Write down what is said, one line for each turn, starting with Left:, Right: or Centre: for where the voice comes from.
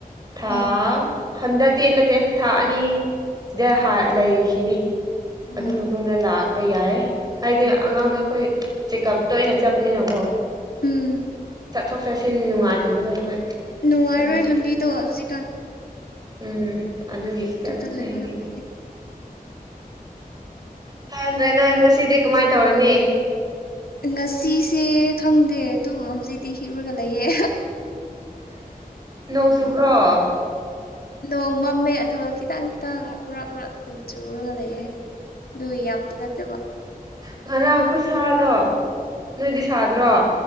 Right: ꯊꯥꯑ
Left: ꯑꯣ ꯑꯣ
Right: ꯍꯟꯗꯛꯇꯤ ꯅꯠꯇꯦ ꯊꯥ ꯑꯅꯤꯗ ꯍꯔ ꯂꯩꯈꯤꯅꯤ
Left: ꯑꯣ
Right: ꯑꯗꯨ ꯃꯇꯨꯡꯗ ꯂꯥꯛꯄ ꯌꯥꯏ ꯍꯥꯏꯗꯤ ꯑꯉꯥꯡꯗꯣ ꯑꯩꯈꯣꯏ ꯆꯦꯛꯀꯞ ꯇꯣꯏꯅ ꯆꯠꯄꯅꯤꯅꯀꯣ
Left: ꯎꯝ
Right: ꯆꯠꯊꯣꯛ ꯆꯠꯁꯤꯟ ꯅꯨꯡꯉꯥꯏꯇꯕꯗꯣ ꯑꯩꯈꯣꯏ
Left: ꯅꯨꯡꯉꯥꯏꯔꯣꯏ
Right: ꯑꯗꯨꯒꯤ
Left: ꯂꯝꯕꯤꯗꯣ ꯍꯧꯖꯤꯛꯀꯥꯟ
Right: ꯎꯝ ꯑꯗꯨꯒꯤ ꯁꯤꯗ
Left: ꯑꯗꯨꯗ
Right: ꯑꯗꯨꯝ
Left: ꯂꯩꯕꯅ
Right: ꯂꯩꯒꯦ
Left: ꯐꯩꯌꯦ
Right: ꯐꯗ꯭ꯔꯦ ꯅꯪ ꯉꯁꯤꯗꯤ ꯀꯃꯥꯏ ꯇꯧꯔꯅꯤ
Left: ꯉꯁꯤꯁꯦ ꯈꯪꯗꯦ ꯇꯨꯝ ꯍꯧꯖꯤꯛꯇꯤ ꯍꯤꯔꯨꯒ ꯂꯩꯌꯦ
Right: ꯅꯣꯡ ꯆꯨꯕ꯭ꯔꯣ
Left: ꯅꯣꯡ ꯃꯝꯃꯦ ꯑꯗꯨꯒ ꯈꯤꯇꯪ ꯈꯤꯇꯪ ꯃꯔꯛ ꯃꯔꯛ ꯑꯗꯨꯝ ꯆꯨꯔꯒ ꯂꯩꯌꯦ ꯑꯗꯨꯨꯏ ꯌꯥꯝꯗꯤ ꯅꯠꯇꯕ
Right: ꯉꯔꯥꯡ ꯈꯨꯠꯁꯥꯗꯣ ꯅꯣꯏꯗꯤ ꯁꯥꯗ꯭ꯔꯣ